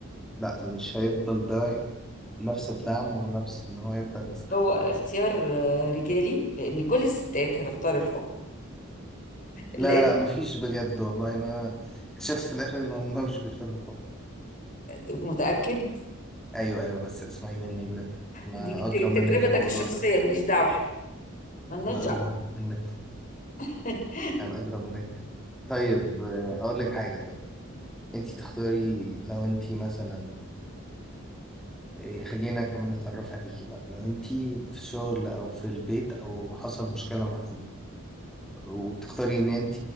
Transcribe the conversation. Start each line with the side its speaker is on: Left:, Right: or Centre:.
Centre: لا مش هيفضل ده نفس الدعم ونفس ان هو يفضل مستحمل
Left: هو اختيار آه، رجالي لان كل الستات هتختار الحب لان
Centre: لا لا مفيش بجد والله انا اكتشفت في الاخر ان هم مش بيختاروا الحب
Left: متأكد
Centre: ايوه ايوه بس اسمعي مني بجد انا
Left: دي
Centre: ادرى منك
Left: تجربتك
Centre: في الموضوع
Left: الشخصية
Centre: ده
Left: ماليش دعوة ملناش
Centre: لا
Left: دعوة
Centre: أدرى منك
Left: <laughs>
Centre: أنا أدرى منك طيب آه، هقول لك حاجة طيب أنت تختاري لو أنت مثلا آه، خلينا كمان نتعرف عليكي بقى لو أنت في الشغل أو في البيت أو حصل مشكلة مع حد وتختاري إن أنت